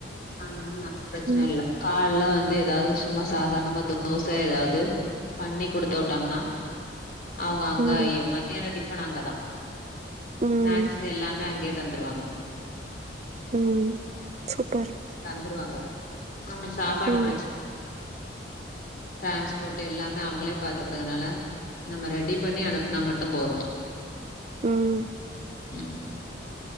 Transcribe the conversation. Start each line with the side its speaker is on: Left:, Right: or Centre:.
Left: ஆதுனால நமக்கு பிரச்சன
Right: ம்
Left: இல்ல கால்ல வந்து ஏதாவ்து சும்மா சாதார்ணமா தோச ஏதாவ்து பண்ணி குடுத்து விட்டோம்னா அவுங்க அங்கயெ
Right: ம்
Left: மத்தியான டிஃபன் அங்கதா
Right: ம்
Left: ஸ்நாக்ஸ் எல்லாமே அங்கே தந்துருவாங்க
Right: ம் சூப்பர்
Left: துருவாங்க சாப்பாடு
Right: ம்
Left: பிரச்சன டிரான்ஸ்போர்ட் எல்லாமே அவுங்களே பாத்துக்குறதுனால நம்ம ரெடி பண்ணி அனுப்புனா மட்டு போது
Right: ம்
Left: ம்